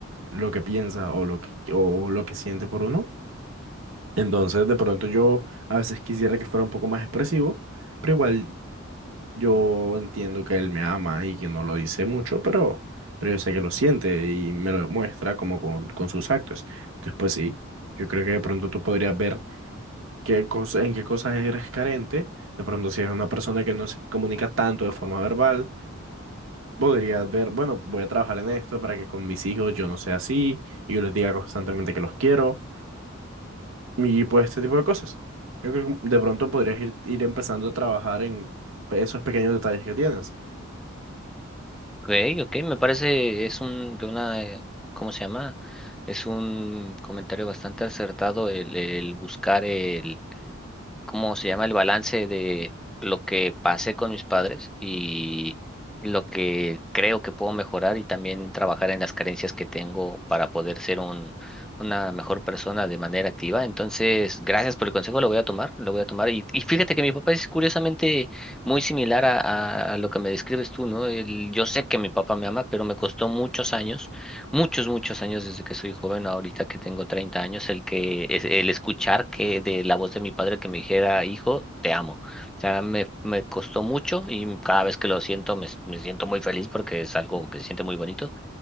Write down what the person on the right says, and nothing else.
lo que piensa o lo que, o lo que siente por uno. Entonces, de pronto yo a veces quisiera que fuera un poco más expresivo, pero igual yo entiendo que él me ama y que no lo dice mucho, pero, pero yo sé que lo siente y me lo demuestra como con, con sus actos. Entonces, pues sí, yo creo que de pronto tú podrías ver qué cosa, en qué cosas eres carente. De pronto, si eres una persona que no se comunica tanto de forma verbal, podrías ver, bueno, voy a trabajar en esto para que con mis hijos yo no sea así y yo les diga constantemente que los quiero Y pues este tipo de cosas. Yo creo que de pronto podrías ir, ir empezando a trabajar en esos pequeños detalles que tienes.